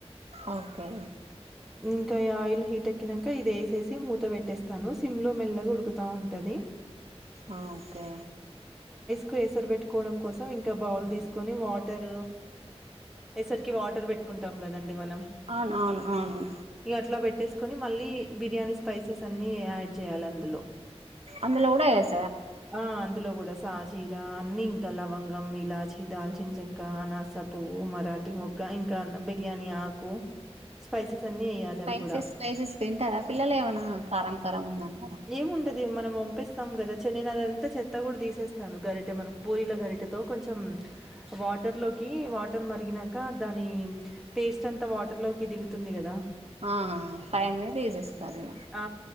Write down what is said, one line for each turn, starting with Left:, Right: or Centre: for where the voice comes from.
Right: ఓకే
Centre: ఇంకా ఈ ఆయిల్ హీట్ ఎకినాక ఇది వేసేసి మూత పెట్టేస్తాను సిమ్ లో మెల్లగా ఉడుకుతా ఉంటది.
Right: ఓకే
Centre: కే ఎసర్ పెట్టుకోవడం కోసం ఇంకా బౌల్ తీసుకొని వాటర్ టర్ ఎసరు వాటర్ పెట్టుకుంటాం కదం మనం
Right: అవును అవును అవును
Centre: ఇగ అట్లా పెటు కట్టేసుకొని మళ్ళీ బిర్యానీ స్పైసెస్ అన్ని యాడ్ చేయాలి అందులో.
Right: అందులో కూడాలో వేయ
Centre: ఆ అందులో కూడా సాజీరా అన్ని ఇంకా లవంగం, ఇలాచి, దాల్చిన చెక్క, అనాసా పువ్వు, మరాఠీ మొగ్గ. ఇంకా బిర్యానీ ఆకు, స్పైసెస్. అన్నీ ఎయ్యాలి
Right: స్పైసెస్
Centre: అవి గూడా.
Right: స్పైసెస్ తింటారా పిల్లలు ఏమైనా కారం కారం ఉందండి.
Centre: ఏముండ మనం పంపిస్తాం కదా చెనిదంతా చెత్త కూడా తీసేస్తాను గరిటె మనం పూరిల గరిటతో కొంచెం వాటర్లో కి వాటర్ మరిగినంకా దాని టేస్ట్ అంతా వాటర్ లోకి దిగుతుందని. ఉంటుంది కదా?
Right: ఆ పైనే తీసిస్తారు.
Centre: ఆ!